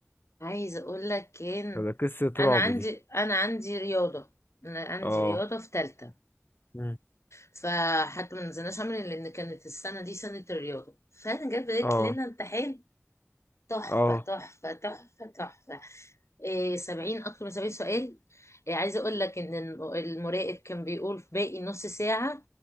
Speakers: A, on the left; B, on the left.
A: عايزه اقول لك كان
B: ده قصة
A: انا
B: رعب
A: عندي
B: دي
A: انا عندي رياضه انا عندي
B: اه
A: رياضه في تالتة
B: مم.
A: فحتى ما نزلناش عمل لان كانت السنه دي سنه الرياضه فانا جت بدات
B: اه
A: لنا امتحان تحفه
B: اه
A: تحفه تحفه تحفه إيه سبعين اكتر من سبعين سؤال إيه عايزه اقول لك ان الم- المراقب كان بيقول في باقي نص ساعه